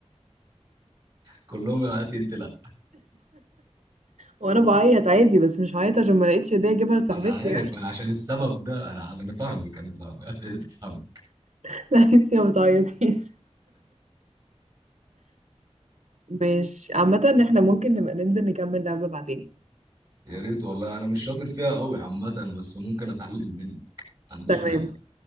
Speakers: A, on the right (about 30°); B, on the right (about 85°).
A: كلهم يعيطوا أنت لا
B: وانا بعيط عادي بس مش هعيط عشان ما لقيتش هديه اجيبها لصاحبتي
A: انا عارف
B: يعني
A: انا عشان السبب ده انا انا فاهمك انا فاهمك ابتديت افهم
B: <laughs> لا انتي ما بتعيطيش ماشي عامة احنا ممكن نبقى ننزل نكمل لعبة بعدين
A: يا ريت والله انا مش شاطر فيها قوي عامه بس ممكن اتعلم منك ما عنديش
B: تمام
A: مانع